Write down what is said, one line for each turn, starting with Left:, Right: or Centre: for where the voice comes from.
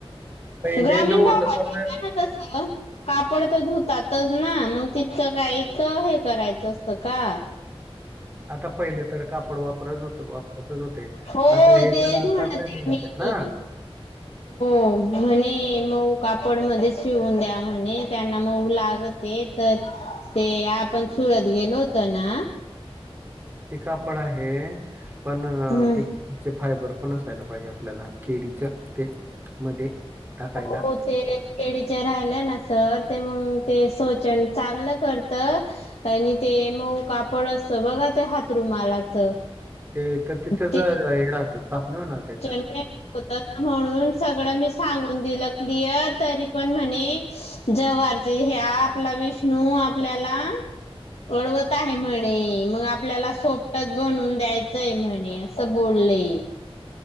Right: पहिले
Left: ग्रामीण
Right: नव्हतं
Left: भागात
Right: तर
Left: ना तस कापड तर धुतात ना मग तितकं काय इतकं हे करायचं असत का
Right: आता पहिले तर कापड वापर होत वापरतच होते
Left: हो
Right: आता हे
Left: तेच
Right: तर आता
Left: म्हणते
Right: आता निघालेत
Left: मी
Right: ना
Left: हो म्हणे मऊ कापड मध्ये शिवून द्या म्हणे त्यांना मऊ लागते तर ते आपण सुरत गेलो होत ना
Right: ती कापड आहे पण
Left: हम्म
Right: ती फायबर पण असायला पाहिजे आपल्याला केडीच ते मध्ये टाकायला.
Left: हो तेच केळीचे राहिलाय ना सर ते मग ते सोचन चांगलं करत आणि ते मग कापड बघा ते हाथरूमालाचं
Right: ते तर तिथं
Left: ते
Right: ज हे राहतं ताप नाही होणार त्याच्याने
Left: होत म्हणून सगळं मी सांगून दिलं क्लिअर तरी पण म्हणे जवळचे हे आपला विष्णू आपल्याला अडवत आहे म्हणे मग आपल्याला सोपटच बनून द्यायच य म्हणे असं बोलले